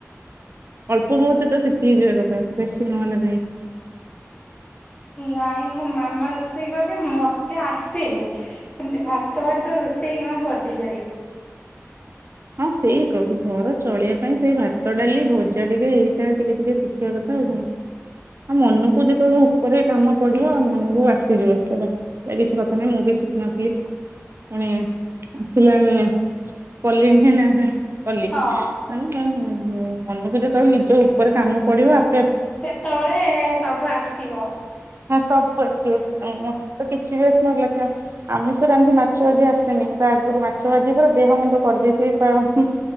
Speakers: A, on the right (about 50°); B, on the left (about 25°).
A: ଅଳ୍ପ ବହୁତ ତ ଶିଖିଯିବା କଥା ବେଶୀ ନହେଲେ ନାଇଁ
B: ନାଇଁ ମୋ ମାମା ରୋଷେଇ କରେ ମତେ ଆସେନି ସେମତି ଭାତ ଭାତ ରୋଷେଇ ହଁ କରିଦେଇ ପାରିବି
A: ହଁ ସେଇ ଘର ଚଳିବା ପାଇଁ ସେଇ ଭାତ ଡାଲି ଭଜା ଟିକେ ଏଇଟା ଟିକେ ଟିକେ ଶିଖି ଶିଖିବା କଥା ଆଉ କଣ? ଆଉ ମନକୁ ଯେତେବେଳେ ଉପରେ କାମ ପଡିବ ଆ ମନକୁ ଆସିଯିବ ସେଟା ସେ କିଛି କଥା ନାହିଁ ମୁଁ ବି ଶିଖିନଥିଲି ପୁଣି ଆସିଲାଣି କଲିଣି ନା କଲି
B: ହଁ
A: ହୁଁ ହୁଁ ମନକୁ ଯେତେବେଳେ ନିଜ ଉପରେ କାମ ପଡିବ ଆପ୍
B: ସେତେବେଳେ ସବୁ ଆସିବ।
A: ହଁ ସବୁ ଆସିଥିବ ତ କିଛି ବି ଆସୁନଥିଲା କାମ? ଆମିଷ ରାନ୍ଧି ମାଛ ଭାଜି ଆସେନି ମୁଁ ତ ଆଗରୁ ମାଛ ଭାଜି ଦେହ ମୁଣ୍ଡ କରିଦେଇଥିବି ପ୍ରାୟ